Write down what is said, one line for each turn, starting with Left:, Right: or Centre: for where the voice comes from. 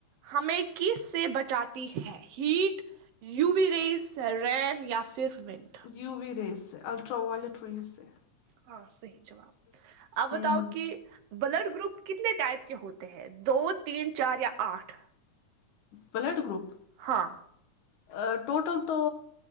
Right: ہمیں کس سے بچاتی ہے ہیٹ یوی رییز رین یا پھر منٹ
Left: یو وی ریس ہے الٹرا وائلیٹ ریس ہے
Right: ہاں صحیح جواب آپ بتاؤ
Left: ہ
Right: کہ بلڈ گروپ کتنے ٹائپ کے ہوتے ہیں دو تین چار یا آٹھ
Left: بلڈ گروپ
Right: ہاں
Left: آآ ٹوٹل تو